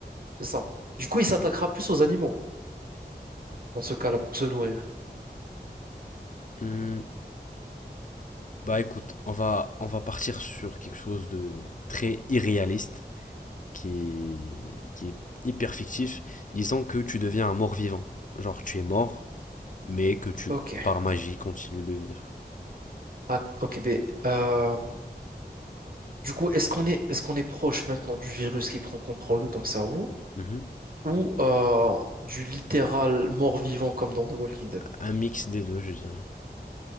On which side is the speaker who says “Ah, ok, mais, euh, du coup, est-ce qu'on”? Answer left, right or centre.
Right